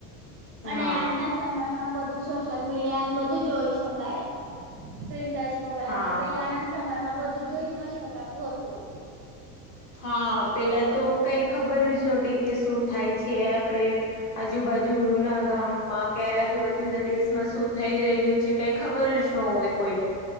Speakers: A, on the right; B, on the left.
A: અને
B: હા
A: આજના સમયમાં બધું સોશિયલ મીડિયાને બધું જોઈ શકાય સ્ક્રીન ટચ મોબાઈલમાં
B: હા
A: પેલાના સમયમાં બધું જોઈ ન શકાતું હતું.
B: હા, પેલા તો કઈ ખબર જ નહોતી કે શું થાય છે, આપણે આજુ બાજુના ગામમાં કે આજુ બાજુના દેશમાં શું થઈ રહ્યું છે કંઈ ખબર જ ન હોય કોઈને